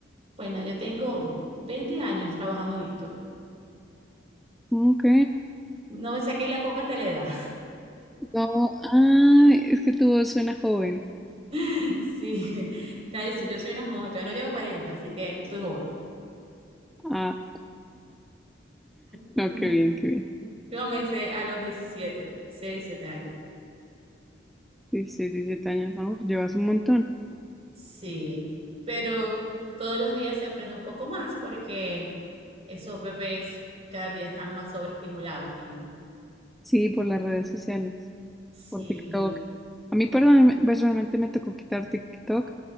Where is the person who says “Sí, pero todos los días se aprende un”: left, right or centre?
Right